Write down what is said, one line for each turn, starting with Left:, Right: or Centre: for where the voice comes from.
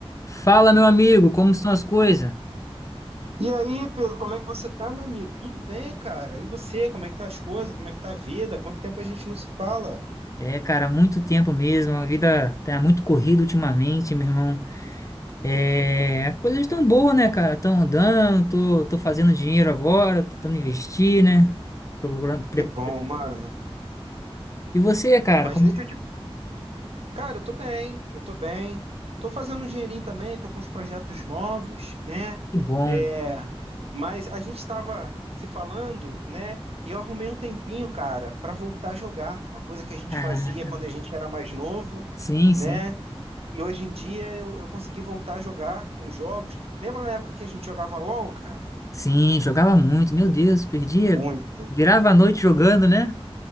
Left: Fala, meu amigo, como estão as coisas?
Right: E aí, Pedro, como é que você tá, meu amigo? Tudo bem, cara? E você, como é que tá as coisas? Como é que tá a vida? Quanto tempo a gente não se fala?
Left: É, cara, muito tempo mesmo, a vida tá muito corrida ultimamente, meu irmão. É, as coisas estão boas, né, cara? Estão andando, tô, tô fazendo dinheiro agora, tô tentando investir, né? Procurando. pre-
Right: Que bom, mano.
Left: E você, cara,
Right: Mas
Left: como
Right: deixa eu Cara, eu tô bem, eu tô bem. Tô fazendo um dinheirinho também, tô com uns projetos novos, né?
Left: que bom.
Right: É, mas a gente tava se falando, né? E eu arrumei um tempinho, cara, pra voltar a jogar, uma coisa que a gente
Left: Caraca.
Right: fazia quando a gente era mais novo,
Left: Sim,
Right: né?
Left: sim.
Right: E hoje em dia eu, eu consegui voltar a jogar uns jogos. Lembra na época que a gente jogava LOL, cara?
Left: Sim, jogava muito, meu Deus, perdia.
Right: Muito.
Left: Virava a noite jogando, né?